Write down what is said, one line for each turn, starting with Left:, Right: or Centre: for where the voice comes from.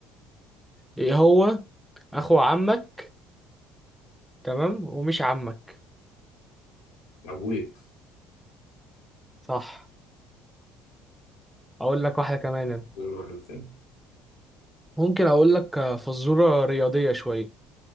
Centre: ايه هو اخو عمك تمام ومش عمك
Left: أبويا
Centre: صح اقول لك واحده كمان أنا.
Left: غير واحد تاني
Centre: ممكن اقول لك آه، فزوره رياضيه شويه